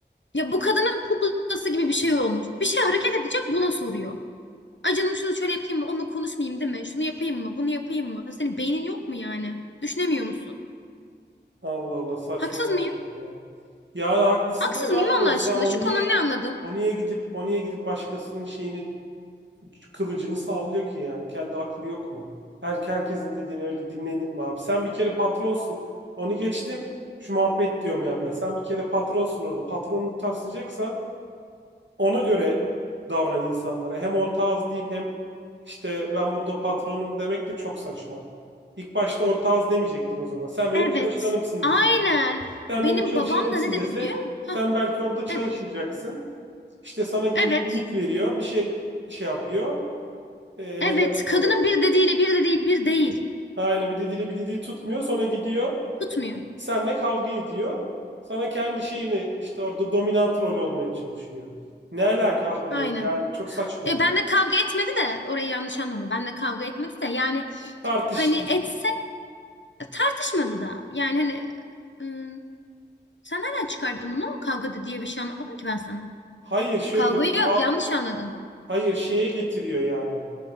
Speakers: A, on the left; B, on the right.
A: Ya bu kadının kuklası gibi bir şey olmuş. Bir şey hareket edecek buna soruyor. Ay canım şunu şöyle yapayım mı? Onunla konuşmayayım değil mi? Şunu yapayım mı? Bunu yapayım mı? Senin beynin yok mu yani? Düşünemiyor musun?
B: Allah Allah saçmaladık
A: Haksız mıyım?
B: ya. Ya haklısın
A: Haksız
B: tabii
A: mıyım
B: abi.
A: Allah aşkına?
B: Sen o
A: Şu
B: niye
A: konu ne anladım?
B: o niye gidip o niye gidip başkasının şeyini kılıcını sallıyor ki yani? Kendi aklı yok mu? Her herkesin dediğini öyle dinlenir mi abi? Sen bir kere patronsun. Onu geçtim. Şu muhabbet diyorum ya ben. Sen bir kere patronsun orada. Patronluk taslayacaksan ona göre davran insanlara. Hem orta az deyip hem işte ben burada patronum demek de çok saçma. İlk başta orta az demeyecektin o zaman. Sen benim
A: Evet.
B: çalışanımsın
A: Aynen.
B: diyecek. Sen
A: Benim
B: benim çalışanımsın
A: babam da ne dedi
B: dese
A: biliyor musun? Hah,
B: sen belki orada çalışmayacaksın.
A: evet.
B: İşte sana geliyor
A: Evet.
B: ümit veriyor. Bir şey şey yapıyor. Ee,
A: Evet.
B: ne derler
A: Kadının
B: onu?
A: bir dediğiyle bir de değil bir değil.
B: Aynen bir dediğiyle bir dediği tutmuyor. Sonra gidiyor.
A: Tutmuyor.
B: Seninle kavga ediyor. Sana kendi şeyini işte orada dominant rol olmaya çalışıyor. Ne alaka abi?
A: Aynen.
B: Yani çok saçma.
A: E, ben de kavga etmedi de orayı yanlış anlama. Ben de kavga etmedi de yani
B: Tartış
A: hani etse tartışmadı da. Yani hani ıı, sen nereden çıkardın bunu? Kavgada diye bir şey anlatmadım ki ben sana.
B: Hayır şöyle
A: Kavga
B: diyor.
A: yok
B: Ka-
A: yanlış anladın.
B: Hayır şeye getiriyor yani.